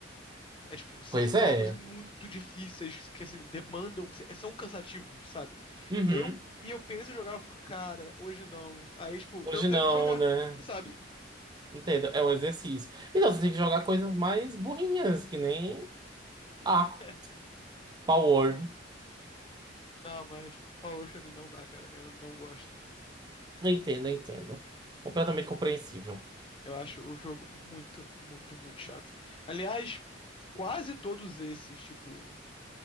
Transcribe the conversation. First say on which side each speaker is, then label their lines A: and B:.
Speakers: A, on the left; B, on the right.
A: É tipo, são
B: Pois
A: jogos
B: é.
A: muito difíceis, que assim, demandam, são cansativos, sabe?
B: Uhum.
A: E aí eu, e eu penso em jogar, eu fico, cara, hoje não. Aí, tipo,
B: Hoje
A: eu não tenho
B: não,
A: que jogar,
B: né?
A: sabe?
B: Entendo. É um exercício. Então você tem que jogar coisas mais burrinhas, que nem ah,
A: <laughs>
B: Power.
A: Não, mas Power Wash pra mim não dá, cara. Eu não gosto.
B: Entendo, entendo. Completamente compreensível.
A: Eu acho o jogo muito, muito, muito chato. Aliás, quase todos esses, tipo,